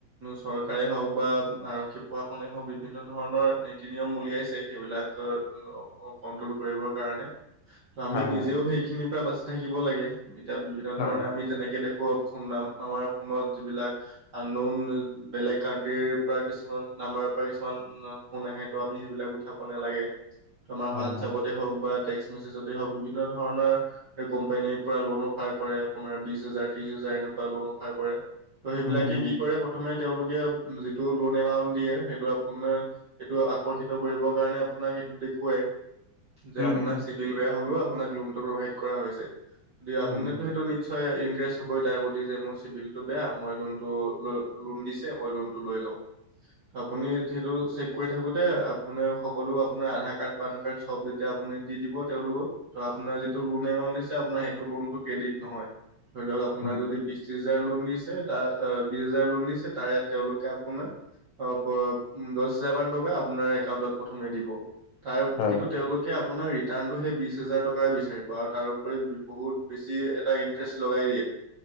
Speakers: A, on the right; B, on the left.
A: চৰকাৰে হওক বা আৰক্ষী <unintelligible> হও বিভিন্ন ধৰণৰ নীতি-নিয়ম উলিয়াইছে সেইবিলাক <unintelligible> কন্ট্ৰল কৰিবৰ কাৰণে ত' আমি
B: হয়
A: নিজেও
B: হয়
A: সেইখিনিৰ পৰা বাচি থাকিব লাগে এতিয়া বিভিন্ন
B: হয়
A: ধৰণে আমি যেনেকে দেখো ফোন নাম আমাৰ ফোনত যিবিলাক আন নৌন বেলেগ কানট্ৰিৰ পৰা কিছুমান নাম্বাৰৰ পৰা কিছুমান ফোন আহে ত' আমি সেইবিলাক উঠাব নেলাগে ত' আমাৰ
B: হয়
A: হোৱাটছপত
B: হয়
A: তে হওক টেক্স মেছেজতে হওক বিভিন্ন ধৰণৰ এ কোম্পানীৰ পৰা লোন অফাৰ কৰে আপোনাৰ বিছ হাজাৰ, ত্ৰিছ হাজাৰ এনেক কোৱা লোন অফাৰ কৰে ত' সেইবিলাকে
B: উম উম
A: কি কৰে প্ৰথমে তেওঁলোকে যিটো লোন এমাউণ্ট দিয়ে সেইটো আপোনাৰ এইটো আকৰ্ষিত কৰিব কাৰণে আপোনাক সেইটো দেখুৱাই যে
B: উম
A: আপোনাক
B: উম
A: বিল বেয়া হলেওঁ আপোনাক লোনটো প্ৰভাইট কৰা হৈছে <unintelligible>
B: উম উম
A: আপুনিতো সিটো নিচ্ছয় ইন্তেৰেষ্ট হবই দি যে মোৰ চিভিলটো বেয়া মই লোনটো ল- লোন দিছে মই লোনটো লৈ লওঁ। ত'আপুনিত সেইটো চেক কৰি থাকো তে আপুনাৰ সকলো আপোনাৰ আধাৰ কাৰ্ড পান কাৰ্ড চব যেতিয়া আপুনি দি দিব তেওঁলোকক ত' আপোনাৰ যিটো লোন এমাউন্ট দিছে আপোনাৰ সেইটো লোনটো ক্ৰেডিট নহয় ধৰি লওক আপোনাক
B: উম উম
A: যদি ত্ৰিছ হাজাৰ লোন দিছে তাৰ আহ বিছ হাজাৰ লোন দিছে তাৰে তেওঁলোকে আপোনা <unintelligible> দছ হাজাৰ মান টকা আপোনাৰ একাউটত প্ৰথমে দিব তাৰ
B: হয়
A: কিন্তু তেওঁলোক তে আপোনাক ৰিটাৰ্ণটো সেই বিছ হেজাৰ টকায়ে বিচাৰিব আৰু তাৰোউপৰি বহুত বেছি এটা ইণ্টাৰেষ্ট লগাই দিয়ে।